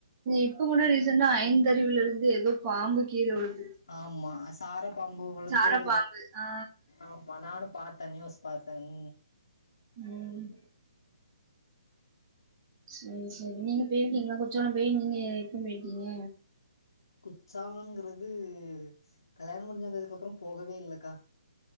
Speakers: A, on the right; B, on the left.
A: இப்பகூட ரீசண்டா ஐந்தருவில இருந்து எதோ பாம்பு கீழ விழுந்
B: ஆமா சார பாம்பு உழுந்து
A: சார பாம்பு ஆ
B: ஆமா நானு பாத்த நியூஸ் பாத் தங்
A: உம் சேரி சேரி நீங்க பேயிருக்கீங்களா குற்றாளம் பேயி நீங்க எப்ப பேயிருக்கீங்க
B: குற்றாலங்கிறது கல்யாணம் முடிஞ்சு வந்ததுக்கு அப்றோ போகவே இல்லக்கா